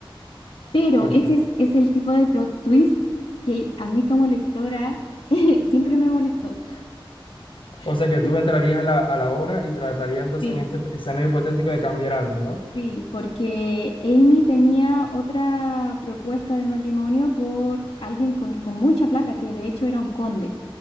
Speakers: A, on the left (about 90°); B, on the left (about 65°).
A: Pero
B: Ok.
A: ese es, es el tipo de plot twist que a mí como lectora <laughs> siempre me molestó.
B: O sea
A: <laughs>
B: que tú entrarías a la, a la obra y tratarías entonces
A: Sí,
B: en este escenario hipotético de cambiar algo, ¿no?
A: Sí, porque Amy tenía otra propuesta de matrimonio por alguien con, con mucha plata, que de hecho era un conde.